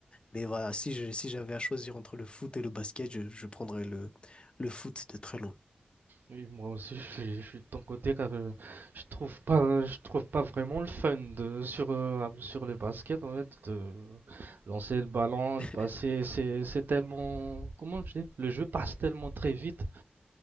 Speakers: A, on the left; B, on the right.
A: mais voilà, si je, si j'avais à choisir entre le foot et le basket, je, je prendrais le, le foot de très loin.
B: Oui, moi aussi, je suis, je suis de ton côté. car, euh, Je trouve pas, je trouve pas vraiment le fun de, sur, euh, sur le basket en fait. De lancer le ballon,
A: <laughs>
B: le passer, c'est, c'est tellement. Comment je dis Le jeu passe tellement très vite.